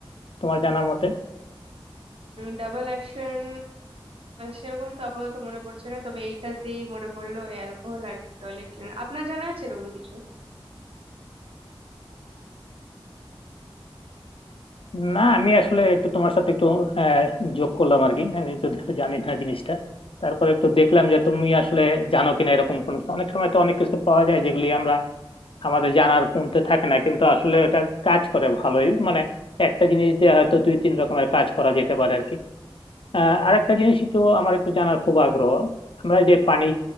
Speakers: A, on the left; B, on the right.
A: তোমার জানা মতে
B: ডাবল অ্যাকশন সেরকম তো আপাতত মনে পড়ছে না তবে এইটাতেই মনে পড়লো অ্যালকোহল আর টয়লেট ক্লিনার। আপনার জানা আছে এরকম কিছু
A: না আমি আসলে একটু তোমার সাথে একটু আহ, যোগ করলাম আর কি আমি যদিও জানি না জিনিসটা তারপর একটু দেখলাম যে তুমি আসলে জানো কিনা এরকম কোনো কিছু। অনেক সময় তো অনেক কিছু পাওয়া যায় যেগুলি আমরা আমাদের জানার পুনতে থাকে না কিন্তু আসলে এটা কাজ করে ভালোই মানে একটা জিনিস দিয়ে হয়তো দুই তিন রকমের কাজ করা যেতে পারে আর কি আহ, আরেকটা জিনিস একটু আমার একটু জানার খুব আগ্রহ আমরা যে পানি